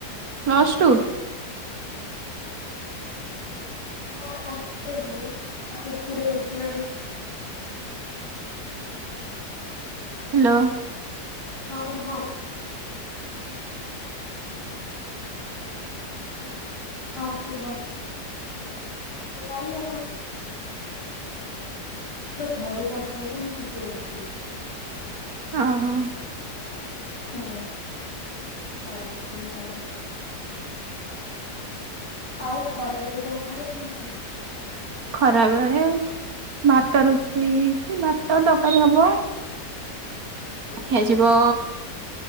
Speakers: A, on the right (about 60°); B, on the left (about 70°).
A: ପ୍ଲସ୍ ଟୁ।
B: ଉଁ ଏହେ ମୋ କୁକୁର ଭୁକିଲାଣି।
A: ହେଲୋ।
B: <unintelligible> ହଁ।
A: <unintelligible> ହୁଁ।
B: ହଁ କୁହ। କିଏ ଗୋଟେ ଘରକୁ ଆସିଲା ତ ମୋ କୁକୁର ଭୋକିଲା।
A: ହଁ ହଁ।
B: ହୁଁ ପଳେଇବେ ସିଏ ସେଆଡୁ। ଆଉ ଖରା ବେଳେ କଣ ଖାଇବା ପାଇଁ ହେଇଛି?
A: ଖରା ବଳେ ଭାତ ରୋଷେଇ ହେଇଛି ଭାତ ତକାରୀ ହବ। ଖିଆଯିବ